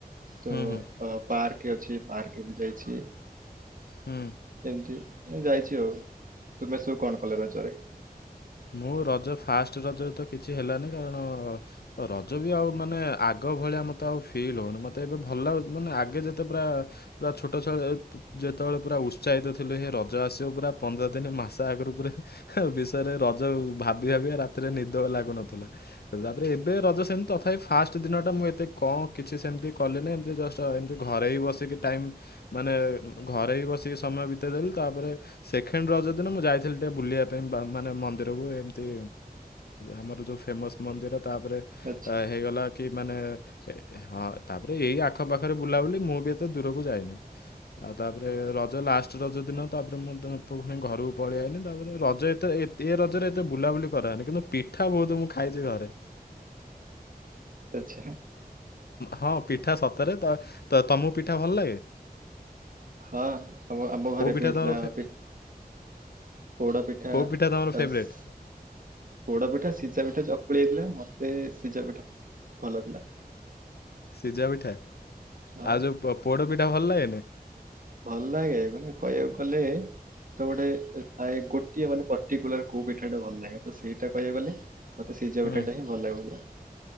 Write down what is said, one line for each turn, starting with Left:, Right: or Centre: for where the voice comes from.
Right: ତ।
Left: ହୁଁ ହୁଁ
Right: ଅ ପାର୍କ ଅଛି ପାର୍କ ବି ଯାଇଛି।
Left: ହୁଁ।
Right: ଏମତି ଯାଇଚୁ ଆଉ। ତୁମେ ସବୁ କଣ କଲେ ରଜରେ?
Left: ମୁଁ ରଜ ଫାଷ୍ଟ ରଜରେ ତ କିଛି ହେଲାନି। କାରଣ ରଜ ବି ଆଉ ମାନେ ଆଗ ଭଳିଆ ମତେ ଆଉ ଫିଲ୍ ହଉନି ମତେ ଏବେ ଭଲ ମାନେ ଆଗେ ଯେତେ ପୁରା ପୁରା ଛୋଟ ଛ ଯେତେବେଳେ ପୁରା ଉତ୍ସାହିତ ଥିଲେ ସେ ରଜ ଆସ ପୁରା ପନ୍ଦର ଦିନ ମାସ ଆଗରୁ ପୁରା ବିଷୟରେ ରଜ ଭାବି ଭାବି ରାତିରେ ନିଦ ଲାଗୁନଥିଲା। ତାପରେ ଏବେ ରଜ ସେମିତି ତଥାପି ଫାଷ୍ଟ ଦିନ ଟା ମୁଁ ଏତେ କଣ କିଛି ସେମିତି କଲିନି ଏମତି ଜଷ୍ଟ ତ ଏମିତି ଘରେ ହି ବସିକି ଟାଇମ ମାନେ ଘରେ ହି ବସିକି ସମୟ ବିତେଇ ଦେଲି। ତାପରେ ସେଖେଣ୍ଡ ରଜ ଦିନ ମୁଁ ଯାଇଥିଲି ଟିକେ ବୁଲିବା ପାଇଁ ମାନେ ମନ୍ଦିରକୁ ଏମିତି ଆମର ଯେଉ ଫେମସ୍ ମନ୍ଦିର ତାପରେ
Right: ଆଛା
Left: ହେଇଗଲା କି ମାନେ ହଁ ତାପରେ ଏଇ ଆଖପାଖରେ ବୁଲାବୁଲି ମୁଁ ବି ଏତେ ଦୂରକୁ ଯାଇନି। ଆଉ ତାପରେ ରଜ ଲାଷ୍ଟ ରଜ ଦିନ ତାପରେ ମୁଁ ପୁ ଘରକୁ ପଳେଇଆଇନି ତାପରେ ରଜ ଏତେ ଏ ରଜରେ ଏତେ ବୁଲାବୁଲି କରାହେଇନି। କିନ୍ତୁ ପି ପିଠା ବହୁତ ମୁଁ ଖାଇଛ ଘରେ।
Right: ଆଛା।
Left: ହଁ ପିଠା ସତରେ ତମକୁ ପିଠା ଭଲ ଲାଗେ?
Right: ହଁ ଆମ ଆମ ଘରେ
Left: କୋଉ ପିଠା
Right: ବି ହେଇଥିଲା
Left: ତମର ଫେ-
Right: ପି ପୋଡ ପିଠା
Left: କୋଉ ତମର ଫେଭରେଟ୍
Right: ବସ୍ ପୋଡ ପିଠା, ସିଝା ପିଠା, ଚକୁଳି, ହେଇଥିଲା। ମତେ ସିଝା ପିଠା ଭଲ ଥିଲା।
Left: ସିଝା ପିଠା,
Right: ହଁ
Left: ଆଉ ଯୋଉ ପୋଡ଼ ପିଠା ଭଲ ଲାଗେନି?
Right: ଭଲ ଲାଗେ କାନେ କହିବାକୁ ଗଲେ ତ ଗୋଟେ ପ୍ରାୟ ଗୋଟିଏ ମାନେ ପର୍ଟିକୁଲାର କୋଉ ପିଠାଟା ଭଲ ଲାଗେ ତ ସେଇଟା କହିବା ଗଲେ ମତେ ସିଝା
Left: ହୁଁ
Right: ପିଠାଟା ହିଁ ଭଲ ଲାଗୁଥିଲା